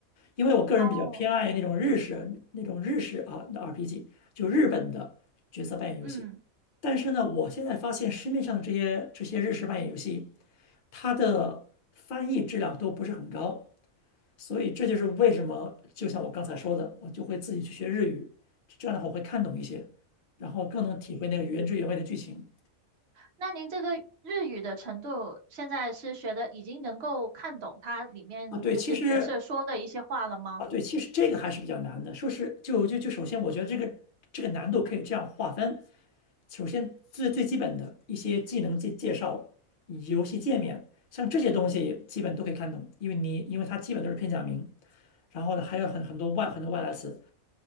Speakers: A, on the left (about 50°); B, on the right (about 55°).
A: 因为我个人比较偏爱那种日式那种日式啊的
B: 哦，
A: RPG，就日本的角色扮演游戏。
B: 嗯，
A: 但是呢，我现在发现市面上的这些这些日式扮演游戏，它的翻译质量都不是很高，所以这就是为什么，就像我刚才说的，我就会自己去学日语，这样的话我会看懂一些，然后更能体会那个原汁原味的剧情
B: 那您这个日语的程度现在是学的已经能够看懂它里面就是角色说的一些话了吗？
A: 啊。对，其实啊，对，其实这个还是比较难的。说是就就就首先，我觉得这个这个难度可以这样划分：首先最最基本的一些技能介介绍、游戏界面，像这些东西基本都可以看懂，因为你因为它基本都是片假名。然后呢，还有很很多外很多外来词，